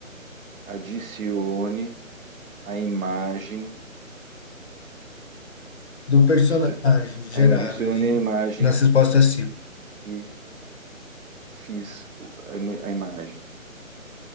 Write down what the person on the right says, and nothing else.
adicione a imagem,
adici-
adicione
a imagem
que fiz o- a im- a imagem.